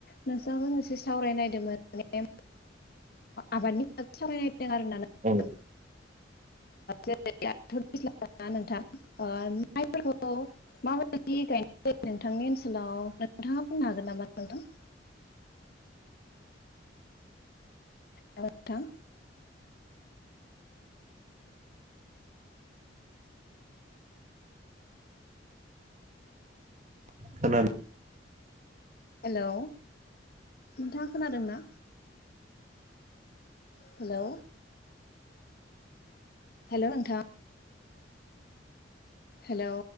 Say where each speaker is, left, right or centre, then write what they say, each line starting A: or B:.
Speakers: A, on the left; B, on the right.
A: नोंथांजों एसे सावरायनायदोंमोन माने। आबादनि सायाव सावरायनायदों आरोना नोंथां।
B: औ
A: जेरै दाथ दैज्लांना नोंथां माइफोरखौ। माबायदि गायनाय जायो नोंथांनि ओनसोलाव नोंथाङा बुंनो हागोन नामा नोंथां।
B: <inaudible>
A: हेलौ नोंथां।
B: <unintelligible>
A: हेलौ नोंथाङा खोनादोंना। हेलौ हेल' नोंथां। हेलौ।